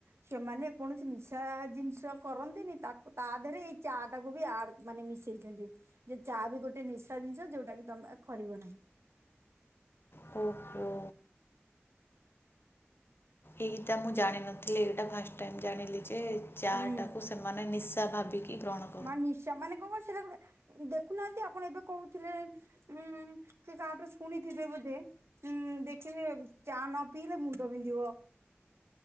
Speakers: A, on the right; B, on the left.
A: ସେମାନେ କୌଣସି ନିଶା ଜିନିଷ କରନ୍ତିନି ତା ତା ଦେହରେ ଏଇ ଚା ଟାକୁ ବି ଆଡ ମାନେ ମିଶେଇଛନ୍ତି ଯେ ଚା ବି ଗୋଟେ ନିଶା ଜିନିଷ ଯୋଉଟା କି ତମେ କରିବ ନାହିଁ।
B: ହଁ ହଁ। ଏଇଟା ମୁଁ ଜାଣିନଥିଲି ଏଇଟା ଫାଷ୍ଟ ଟାଇମ୍ ଜାଣିଲି ଯେ ଚା
A: ହୁଁ
B: ଟାକୁ ସେମାନେ ନିଶା ଭାବିକି ଗ୍ରହଣ କର
A: ମା ନିଶା ମାନେ କଣ <unintelligible> ସେଇଟା ଗୋଟେ ଦେଖୁନାହାନ୍ତି ଆପଣ ଏବେ କହୁଥିଲେ ହୁଁମ୍ ସେ କାହାଠୁ ଶୁଣିଥିବେ ବୋଧେ। ହୁଁମ୍ ଦେଖିଲେ ଚା ନ ପିଇଲେ ମୁଣ୍ଡ ପିନ୍ଧିବ।